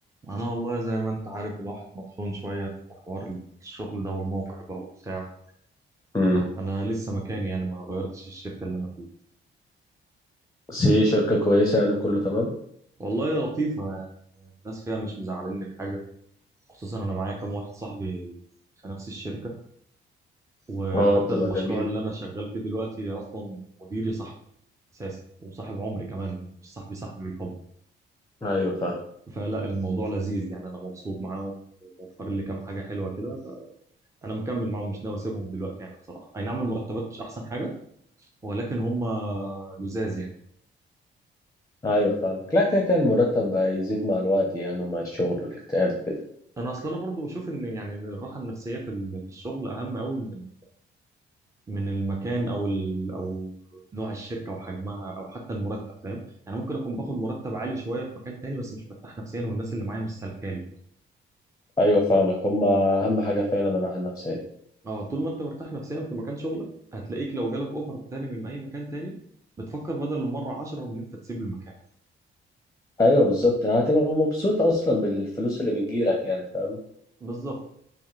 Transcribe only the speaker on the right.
انا والله زي ما انت عارف الواحد مطحون شويه في حوار الشغل ده والموقع بقى وبتاع
فانا لسه مكاني يعني ما غيرتش الشركه اللي انا فيها
والله لطيفه يعني الناس فيها مش مزعلني في حاجه خصوصا انا معايا كام واحد صاحبي في نفس الشركه وحتى
المشروع
اللي انا شغال فيه دلوقتي اصلا مديري صاحبي اساسا وصاحب عمري كمان مش صاحبي صاحبي بالحب
فلا الموضوع لذيذ يعني انا مبسوط معاهم وموفر لي كام حاجه حلوه كده فانا مكمل معاهم مش ناوي اسيبهم دلوقتي يعني بصراحه اي نعم المرتبات مش احسن حاجه ولكن هم لزاز يعني
انا اصلا انا برضو بشوف ان يعني الراحه النفسيه في ال- في الشغل اهم قوي من من المكان او ال... او نوع الشركه وحجمها او حتى المرتب فاهم يعني ممكن اكون باخد مرتب عالي شويه في مكان تاني بس مش مرتاح نفسيا والناس اللي معايا مش سالكالي
اه طول ما انت مرتاح نفسيا في مكان شغلك هتلاقيك لو جالك اوفر تاني من اي مكان تاني بتفكر بدل المره 10 ان انت تسيب المكان
بالظبط